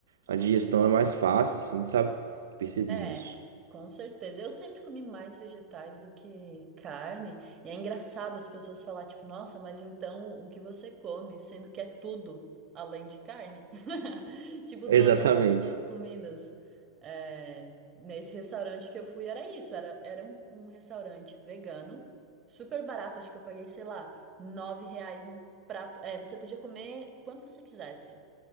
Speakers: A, on the right (about 60°); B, on the right (about 25°).
A: a digestão é mais fácil, assim, sabe? Percebi
B: É,
A: isso.
B: com certeza. Eu sempre comi mais vegetais do que carne. E é engraçado as pessoas falar, tipo, nossa, mas então o que você come, sendo que é tudo além de carne? <laughs> Tipo,
A: <laughs> Exatamente.
B: todas as outras comidas. É, nesse restaurante que eu fui era isso, era, era um, um restaurante vegano, super barato, acho que eu paguei, sei lá, nove reais num prato. É, você podia comer quanto você quisesse.